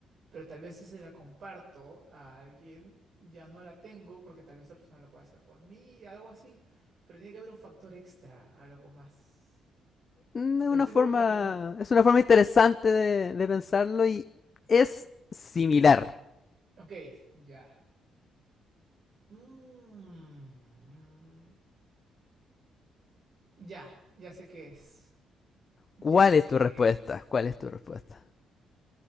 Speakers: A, on the right; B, on the left.
A: Pero tal vez si se la comparto a alguien, ya no la tengo porque tal vez esa persona lo puede hacer por mí, algo así. Pero tiene que haber un factor extra, algo más.
B: Mm, Es
A: Pero
B: una
A: estoy
B: forma,
A: por buen camino.
B: es una forma interesante de, de pensarlo y es similar.
A: Ok, ya. Mm, ya, ya sé qué es. Ya
B: ¿Cuál
A: sé
B: es tu
A: qué
B: respuesta?
A: es.
B: ¿Cuál es tu respuesta?